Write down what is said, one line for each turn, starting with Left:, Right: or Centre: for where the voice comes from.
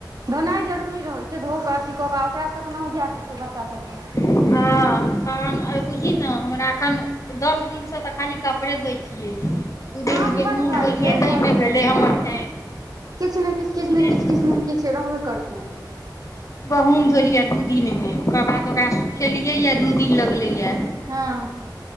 Right: धोनाय जरूरी रहै छै धोक अथी कऽ ओकरा सब त न ओजिया के छै बच्चा सबके
Left: हँ तहन बुझही ने हमरा एखन दस दिनसँ तऽ खाली कपड़े धोइ छियै दू दिन
Right: काज
Left: गहूँम
Right: बड्ड भऽ
Left: धोलियै
Right: जाइ छै
Left: ताहिमे
Right: घर दुआरि
Left: भेलै
Right: मे
Left: हमर टाइम
Right: किछु ने किछु किछु
Left: दू दिन
Right: ने किछु किछु ने किछु रहबे करतौ
Left: गहूंम धोलिया दू दिन मे कबा कना खेलियै य दू दिन लगले या
Right: हँ